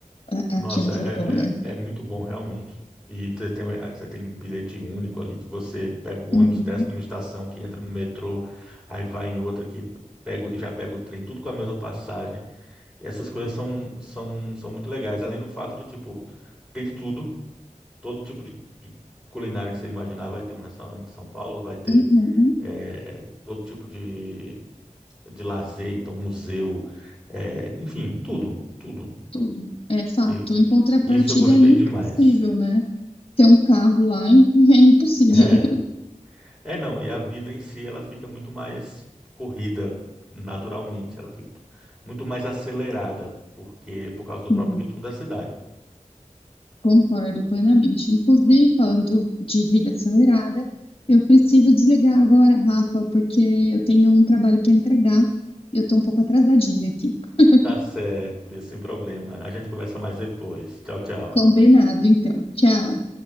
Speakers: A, on the left; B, in the centre.
A: a-
B: Nossa,
A: aqui onde
B: é,
A: eu tô, né?
B: é, é muito bom, realmente. E você tem, você tem bilhete único ali que você pega o ônibus,
A: Uhum,
B: desce numa estação, que entra no metrô, aí vai em outra que pega, e já pega o trem, tudo com a mesma passagem. E essas coisas são, são, são muito legais. Além do fato de, tipo, ter de tudo, todo tipo de, de culinária que você imaginar, vai ter um restaurante em São Paulo, vai ter
A: uhum,
B: é, todo tipo de, de lazer, então museu, é, enfim, tudo, tudo.
A: tudo. É fato.
B: E
A: Em contrapartida,
B: isso eu gostei
A: é impossível,
B: demais.
A: né? Ter um carro lá em- <laughs> é impossível.
B: É, é não, e a vida em si ela fica muito mais corrida naturalmente, ela fica muito mais acelerada porque por causa do
A: Sim,
B: próprio ritmo da cidade.
A: concordo plenamente. Inclusive, falando de vida acelerada, eu preciso desligar agora, Rafa, porque eu tenho um trabalho para entregar e eu estou um pouco atrasadinha aqui. <laughs>
B: Tá certo, Bia, sem problema. A gente conversa mais depois. Tchau, tchau.
A: Combinado, então. Tchau.